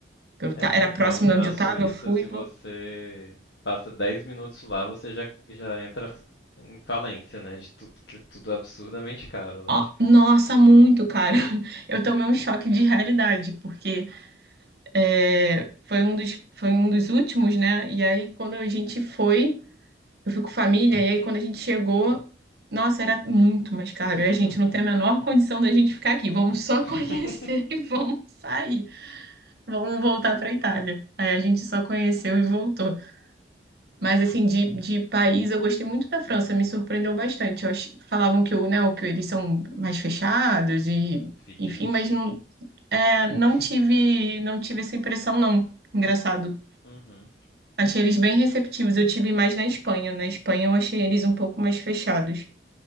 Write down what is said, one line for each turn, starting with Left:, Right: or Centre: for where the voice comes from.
Right: Eu ta-
Left: É, porque
Right: era próximo
Left: falam que
Right: de
Left: na
Right: onde
Left: Suíça,
Right: eu tava, eu fui.
Left: se você
Right: vo-
Left: passa 10 minutos lá, você já, já entra em falência, né? De tudo, que é tudo absurdamente caro lá.
Right: Ó, nossa, muito, cara. <laughs> Eu tomei um choque de realidade, porque é, foi um dos, foi um dos últimos, né? E aí, quando a gente foi. Eu fui com família, e aí quando a gente chegou, nossa, era muito mais caro.
Left: <laughs>
Right: E a gente não tem a menor condição da gente ficar aqui. Vamos só
Left: <laughs>
Right: <laughs> conhecer e vamos sair. Vamos voltar para Itália. Aí a gente só conheceu e voltou. Mas assim, de, de país, eu gostei muito da França, me surpreendeu bastante. Eu ach- falavam que, o, né, o que eles são mais fechados e,
Left: Fedidos.
Right: enfim, mas não, é, não
Left: <laughs>
Right: tive, não tive essa impressão, não. Engraçado.
Left: Uhum.
Right: Achei eles bem receptivos. Eu tive mais na Espanha. Na Espanha eu achei eles um pouco mais fechados.